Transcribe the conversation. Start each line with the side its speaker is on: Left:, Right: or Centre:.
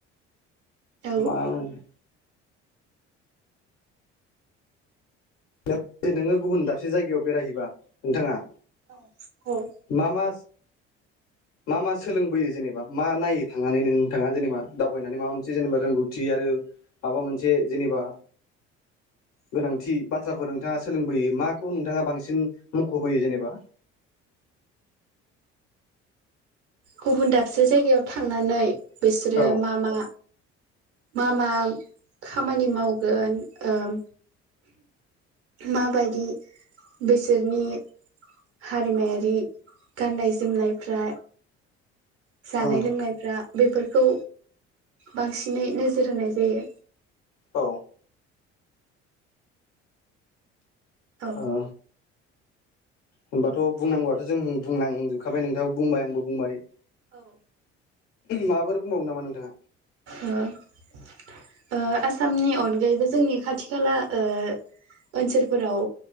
Right: औ
Left: मा होनो ट्रेट नो गुबुन दाबसे जायगायाव बेरायहैबा नोंथाङा
Right: औ औ
Left: मा मा मा मा सोलोंबोयो जेनेबा मा नायो थांनानै नोंथाङा जेनेबा दावबायनानै माबा मोनसे जेनेबा रोंगौथि आरो माबा मोनसे जेनेबा गोनांथि बाथ्राफोर नोंथाङा सोलोंबोयो माखौ नोंथाङा बांसिन मख'बोयो जेनेबा
Right: गुबुन दाबसे जायगायाव थांनानै बिसोरो
Left: औ
Right: मा मा मा मा खामानि मावगोन ओम मा बायदि बिसोरनि हारिमायारि गाननाय जोमनायफ्रा जानाय
Left: ओं
Right: लोंनायफ्रा बेफोरखौ बांसिनै नोजोर होनाय जायो।
Left: औ
Right: औ
Left: ओ होनबाथ' बुंनांगौआथ' जों बुंलांजोबखाबाय नोंथाङाबो बुंबाय आंबो बुंबाय
Right: औ।
Left: माफोर बुंबावो नामा नोंथाङा?
Right: ओ - ओ आसामनि अनगायैबो जोंनि खाथि खाला ओ ओनसोलफोराव